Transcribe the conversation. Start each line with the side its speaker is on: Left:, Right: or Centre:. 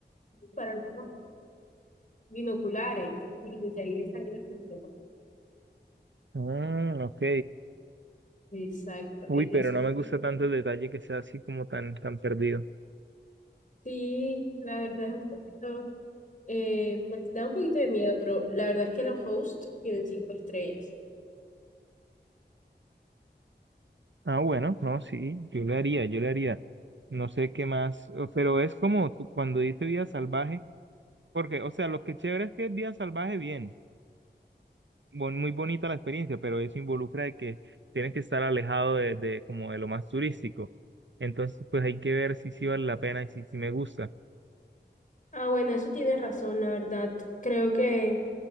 Left: para los binoculares. Y desde ahí le salía el sistema.
Right: Mm, ok.
Left: Exacto.
Right: Uy,
Left: Es
Right: pero
Left: de-
Right: no me gusta tanto el detalle que sea así como tan, tan perdido.
Left: sí, la verdad es un poquito, eh, pues da un poquito de miedo, pero la verdad es que los hosts tienen cinco estrellas.
Right: Ah, bueno, no, sí, yo le haría, yo le haría. No sé qué más, o- pero es como tú- cuando dice vida salvaje. Porque, o sea, lo que chévere es que es vida salvaje, bien, bon- muy bonita la experiencia, pero eso involucra de que tienes que estar alejado de, de como de lo más turístico. Entonces, pues hay que ver si sí vale la pena y si, si me gusta.
Left: Ah, bueno, eso tienes razón, la verdad. Creo que,